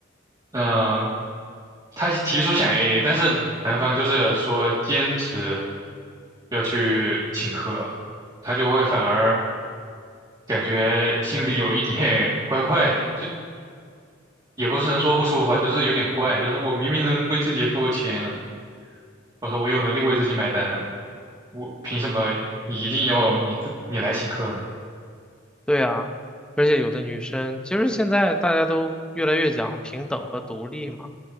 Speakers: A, on the right; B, in the centre.
A: 呃，他是提出想 AA，但是男方就是说坚持要去请客，他就会反而感觉心里有一点 <laughs> 怪怪的，就也不是能说不舒服吧，就是有点怪，就是我明明能为自己付钱，我说我有能力为自己买单，我凭什么你一定要你自你来请客呢？
B: 对啊，而且有的女生，其实现在大家都越来越讲平等和独立嘛。